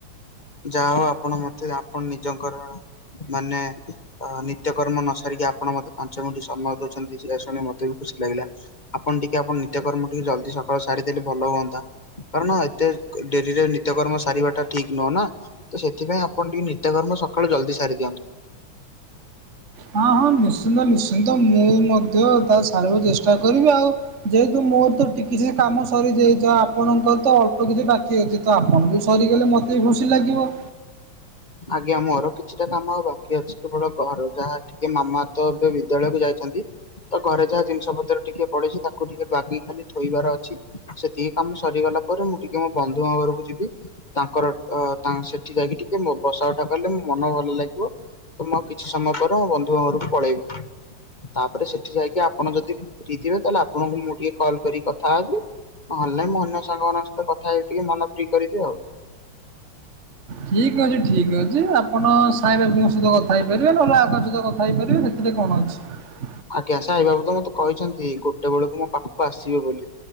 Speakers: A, on the left; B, on the right.
A: ଯାହା ହଉ ଆପଣ ମତେ ଆପଣ ନିଜଙ୍କର ମାନେ ଅ ନିତ୍ୟକର୍ମ ନ ସାରିକି ଆପଣ ମତେ ପାଞ୍ଚ ମିଣ୍ଟି ସମୟ ଦଉଚନ୍ତି ସେଇରା ଶୁଣି ମତେ ବି ଖୁସି ସି ଲାଗିଲା। ଆପଣ ଟିକେ ଆପଣଙ୍କ ନିତ୍ୟ କର୍ମ ଟିକେ ଜଲଦି ସକାଳୁ ସାରିଦେଲେ ଭଲ ହୁଅନ୍ତା। କାରଣ ଏତେ ଡେରିରେ ନିତ୍ୟକର୍ମ ସାରିବାଟ ଟା ଠିକ ନୁହଁ ନା। ତ ସେଥିପାଇଁ ଆପଣ ଟିକେ ନିତ୍ୟକର୍ମ ସକାଳୁ ଜଲଦି ସାରି ଦିଅନ୍ତୁ।
B: ହଁ ହଁ ନିଶ୍ଚିନ୍ତ ନିଶ୍ଚିନ୍ତ। ମୁଁ ମଧ୍ୟ ତା ସାରିବାକୁ ଚେଷ୍ଟା କରିବି, ଆଉ ଯେହେତୁ ମୋର ତ ଟିକି ସେ କାମ ସରିଯାଇଚି, ତ ଆପଣଙ୍କର ତ ଅଳ୍ପ କିଛି ବାକି ଅଛି ତ ଆପଣଙ୍କୁ ସରିଗଲେ ମତେ ବି ଖୁସି ଲାଗିବ।
A: ଆଜ୍ଞା ମୋର କି ଛିଟା କାମ ଆଉ ବାକି ଅଛି। କେବଳ ଘର ଯାହା ଟିକେ ମାମା ତ ଏବେ ବିଦ୍ୟାଳୟକୁ ଯାଇଚନ୍ତି, ତ ଘରେ ଯାହା ଜିନିଷ ପତ୍ର ଟିକେ ପଡିଛି ତାକୁ ଟିକେ ବାଗେଇ ଖାଲି ଥୋଇବାର ଅଛି। ସେତିକି କାମ ସରିଗଲା ପରେ ମୁଁ ଟି ଟିକେ ମୋ ବନ୍ଧୁଙ୍କ ଘରକୁ ଯିବି। ତାଙ୍କର ଅ ତାଙ୍କ ସେଠି ଯାଇକି ଟିକେ ମୋ ବସା ଉଠା କଲେ ମୋ ମନ ଭଲ ଲାଗିବ। ତ ମୁଁ ଆଉ କିଛି ସମୟ ପରେ ମୋ ବନ୍ଧୁଙ୍କ ଘରକୁ ପଳେଇବି। ତାପରେ ସେଠି ଯାଇକି ଆପଣ ଯଦି ଫ୍ରି ଥିବେ, ତାହେଲେ ଆପଣଙ୍କୁ ମୁଁ ଟିକେ କଲ୍ କରିକି କଥା ହେବି ନହେଲେ ନାଇଁ ମୁଁ ଅନ୍ୟ ସାଙ୍ଗମାନଙ୍କ ସହିତ କଥା ହେଇକି ଟିକେ ମନ ଫ୍ରି କରିବି ଆଉ।
B: ଠିକ ଅଛି, ଠିକ ଅଛି। ଆପଣ ସାଇ ବାବୁଙ୍କ ସହିତ କଥା ହେଇ ଇଏ କରିବେ, ନହେଲେ ଆଉ ସହିତ କଥା ହେଇପାରିବେ, ସେଥିରେ କଣ ଅଛି।
A: ଆଜ୍ଞା। ସାଇ ବାବୁ ତ ମତେ କହିଛନ୍ତି ଗୋଟେ ବେଳକୁ ମୋ ପାଖକୁ ଆସିବେ ବୋଲି।